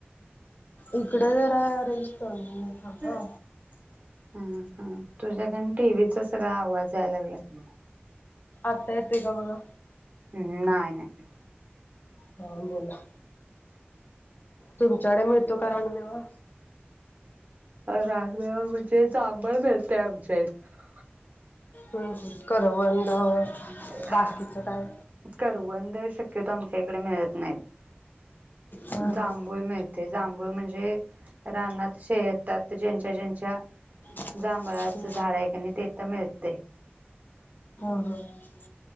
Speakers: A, on the left; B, on the right.
A: इकडे जरा रेंज प्रॉब्लेम
B: <unintelligible>
A: आहे थांबा.
B: हम्म हम्म, तुझ्याकन टीव्हीचा सगळा आवाज याय लागला <inaudible>
A: आता येते का बघा?
B: हम्म, नाय नाय.
A: हा, बोला तुमच्याकडे मिळतो का रानमेवा?
B: रानमेवा म्हणजे, जांभळ मिळते आमच्या इथं.
A: हम्म हम करवंद.
B: हा,
A: बाकीचं काय
B: करवनंद शक्यतो आमच्या इकडे मिळत नाहीत.
A: हा हा
B: जांभूळ मिळते. जांभूळ म्हणजे, रानात शेतात ज्यांच्या ज्यांच्या
A: हो
B: जांभळाचं झाड आहे कणी तिथं मिळते.
A: हो. <unintelligible>